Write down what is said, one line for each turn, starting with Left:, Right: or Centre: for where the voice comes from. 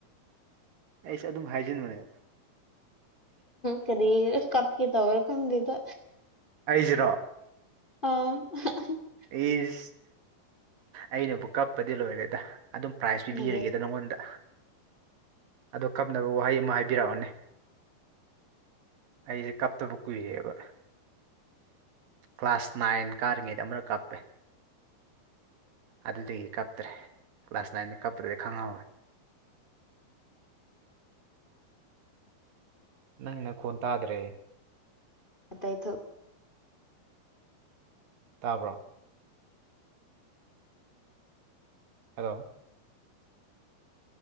Right: ꯑꯩꯁꯦ ꯑꯗꯨꯝ ꯍꯥꯏꯖꯤꯟꯕꯅꯦ
Left: ꯀꯗꯤ ꯀꯥꯞꯀꯤ ꯇ ꯑꯣꯏꯔ ꯈꯝꯗꯤꯗ
Right: ꯑꯩꯁꯤꯔꯣ
Left: ꯑ
Right: ꯏꯁ ꯑꯩꯅꯕꯨ ꯀꯞꯄꯗꯤ ꯂꯣꯏꯔꯦꯗ ꯑꯗꯨꯝ ꯄ꯭ꯔꯥꯏꯖ ꯄꯤꯕꯤꯔꯒꯦ
Left: ꯑꯗꯨ
Right: ꯑꯗꯨꯅꯣꯗ ꯑ ꯀꯞꯅꯕ ꯋꯥꯍꯩ ꯑꯃ ꯍꯥꯏꯕꯤꯔꯛꯑꯣꯅꯦ ꯑꯩꯁꯦ ꯀꯥꯞꯇꯕ ꯀꯨꯏꯔꯦꯕ ꯀ꯭ꯂꯥꯁ ꯅꯥꯏꯟ ꯀꯥꯔꯤꯉꯩꯗ ꯑꯃꯛ ꯀꯥꯞꯄꯦ ꯑꯗꯨꯗꯒꯤ ꯀꯞꯇ꯭ꯔꯦ ꯀ꯭ꯂꯥꯁ ꯅꯥꯏꯟꯗ ꯀꯞꯄꯗꯒꯤ ꯈꯪꯍꯧꯋꯦ ꯅꯪꯅ ꯈꯨꯣꯟꯟ ꯇꯥꯗ꯭ꯔꯦ
Left: ꯑ ꯇꯥꯏ ꯊ
Right: ꯇꯥꯕ꯭ꯔꯣ ꯍꯜꯂꯣ